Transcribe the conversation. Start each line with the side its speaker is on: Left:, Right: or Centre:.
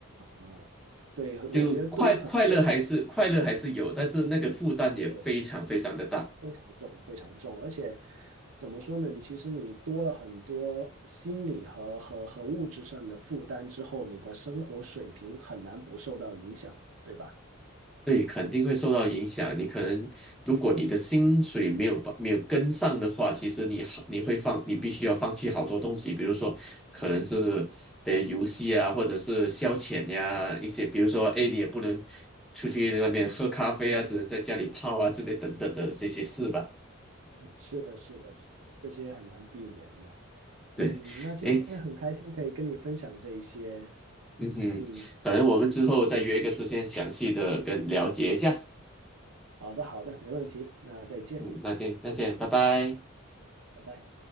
Right: 嗯，对，我觉得对于很多
Centre: 就快快乐还是快乐还是有，但是那个负担也非常非常的大。
Right: 是非常重、非常重，而且怎么说呢？其实你多了很多心理和和和物质上的负担之后，你的生活水平很难不受到影响，对吧？
Centre: 对，肯定会受到影响。你可能，如果你的薪水没有帮没有跟上的话，其实你好你会放，你必须要放弃好多东西，比如说可能是
Right: 是，
Centre: 呃游戏啊，或者是消遣呀、一些比如说哎你也不能出去外面喝咖啡啊，只能在家里泡啊之类等等的这些事吧。
Right: 是的，是的，是的，这些很难避免的。
Centre: 对，
Right: 嗯，那今天很开心可以跟你分享这一些。
Centre: 哎，嗯哼，
Right: 嗯
Centre: 可能我们之后再约一个时间详细的跟了解一下。
Right: 嗯，好的，好的，没问题。那再见，
Centre: 嗯，那这再这样拜拜。
Right: 拜拜。